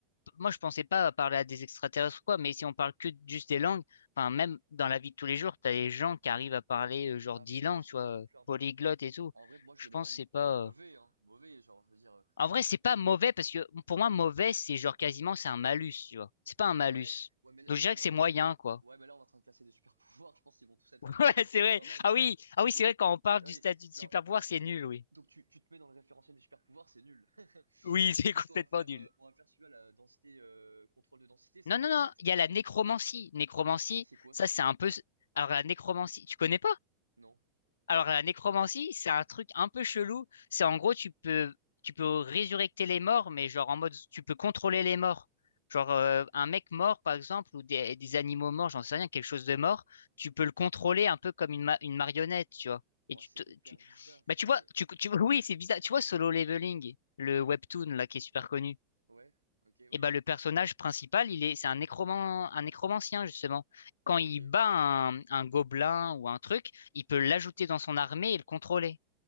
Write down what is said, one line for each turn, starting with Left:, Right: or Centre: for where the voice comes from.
Left: moi je pensais pas parler à des extraterrestres ou quoi, mais si on parle que juste des langues, enfin même dans la vie de tous les jours, t'as des gens qui arrivent à parler euh, genre
Right: Ah
Left: dix
Right: oui,
Left: langues,
Right: c'est
Left: tu vois,
Right: pas non plus un pouvoir.
Left: polyglottes
Right: Bah,
Left: et tout.
Right: en vrai, moi je
Left: Je
Right: le mets
Left: pense
Right: dans
Left: que c'est pas.
Right: mauvais, hein, mauvais, genre je veux dire, heu,
Left: En vrai, c'est pas mauvais parce que pour moi, mauvais, c'est genre quasiment c'est un malus, tu vois. C'est pas un malus.
Right: ouais, ouais, mais
Left: Donc
Right: là
Left: je dirais
Right: on
Left: que
Right: est en
Left: c'est
Right: train,
Left: moyen, quoi.
Right: ouais, mais là on est en train de casser des super pouvoirs, je pense qu'ils vont tous être
Left: <laughs>
Right: un minimum
Left: Ouais,
Right: utiles
Left: c'est vrai.
Right: quand même,
Left: Ah
Right: tu
Left: oui,
Right: vois?
Left: ah oui, c'est
Right: Donc,
Left: vrai quand on parle
Right: oui,
Left: du statut
Right: genre
Left: de super pouvoir, c'est nul, oui.
Right: Donc tu, tu te mets dans le référentiel des super pouvoirs, c'est nul. <laughs>
Left: Oui, <laughs> c'est
Right: Ensuite,
Left: complètement
Right: on va faire,
Left: nul.
Right: euh, on va faire celui-là, la densité, euh, contrôle de densité, c'est
Left: Non,
Right: qu'en
Left: non, non,
Right: fait,
Left: il y a la nécromancie. Nécromancie,
Right: c'est quoi
Left: ça
Right: ça?
Left: c'est un peu. Alors la nécromancie, tu connais pas?
Right: Non.
Left: Alors la nécromancie, c'est un truc un peu chelou. C'est en gros, tu peux, tu peux résurrecter les morts, mais genre en mode, tu peux contrôler les morts. Genre euh, un mec mort, par exemple, ou des, des animaux morts, j'en sais rien, quelque chose de mort, tu peux le contrôler un peu comme une, ma- une marionnette, tu vois. Et
Right: ouais
Left: tu,
Right: c'est
Left: te-
Right: hyper
Left: tu...
Right: bizarre.
Left: Bah, tu
Right: <laughs>
Left: vois, tu, tu... <laughs> oui, c'est bizarre. Tu vois Solo Leveling, le webtoon là qui est super connu.
Right: Ouais, ok, oui,
Left: Et ben, le personnage principal, il est, c'est un nécroman, un nécromancien, justement. Quand il
Right: ok,
Left: bat un, un gobelin ou un truc, il peut l'ajouter dans son armée et le contrôler.